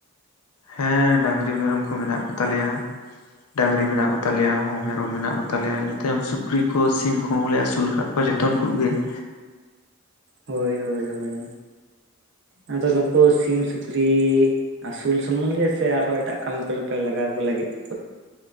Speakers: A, on the left (about 85°); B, on the right (about 50°).
A: ᱦᱮᱸ ᱰᱟᱺᱝᱨᱤ ᱢᱮᱨᱚᱢ ᱠᱚ ᱢᱮᱱᱟᱜ ᱠᱚ ᱛᱟᱞᱮᱭᱟ ᱾ ᱰᱟᱝᱨᱤ ᱢᱮᱱᱟᱜ ᱠᱚ ᱛᱟᱞᱮᱭᱟ ᱢᱮᱨᱚᱢ ᱢᱮᱱᱟᱜ ᱠᱚ ᱛᱟᱞᱮᱭᱟ ᱤᱱᱟᱹ ᱛᱟᱭᱚᱢ ᱥᱩᱠᱨᱤ ᱠᱚ ᱥᱤᱢ ᱠᱚᱦᱚᱸ ᱞᱮ ᱟᱹᱥᱩᱞ ᱠᱟᱫ ᱠᱚᱣᱟ ᱡᱚᱛ ᱛᱚᱢ ᱠᱚ ᱜᱮ ᱾
B: ᱦᱳᱭ ᱦᱳᱭ ᱦᱳᱭ ᱟᱫᱚ ᱱᱩᱠᱩ ᱥᱤᱢ ᱥᱩᱠᱨᱤ ᱟᱥᱩᱞ ᱥᱩᱢᱩᱝ ᱜᱮ ᱥᱮ ᱟᱨᱦᱚᱸ ᱮᱴᱟᱜ ᱠᱟᱹᱢᱤ ᱠᱚ ᱨᱮ ᱯᱮ ᱞᱟᱜᱟᱣ ᱠᱚ ᱞᱟᱹᱜᱤᱫ ᱾